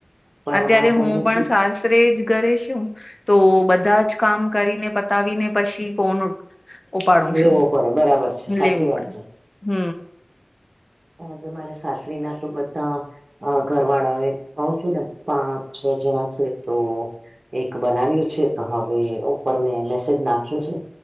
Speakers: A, on the right (about 75°); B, on the left (about 40°).
A: પણ
B: અત્યારે
A: હમણાં ભાઈને
B: હું પણ સાસરે જ ઘરે છું. તો બધા જ કામ કરીને પતાવીને પછી ફોન ઉઠ ઉપાડું
A: લેવો
B: શું
A: પડે બરાબર છે સાચી
B: લેવું
A: વાત
B: પડે હ
A: જ મારા સાસરી ના તો બધા ઘરવાળા હોય ક છું ને પાપ છે જેના છે તો એક બનાવ્યું છે તો હવે ઉપર મેં મેસેજ નાખ્યો છે